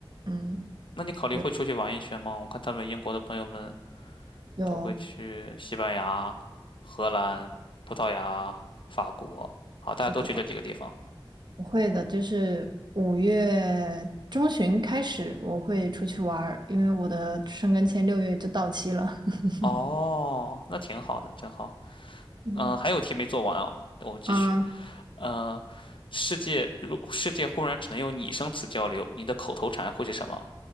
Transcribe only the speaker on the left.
那你考虑会出去玩一圈吗？
我看他们英国的朋友们
都会去西班牙、荷兰、葡萄牙、法国，好，大家都去这几个地方。
哦，那挺好的，真好。
嗯、还有题没做完哦，我们继续。
呃，世界如世界忽然只能用拟声词交流，你的口头禅会是什么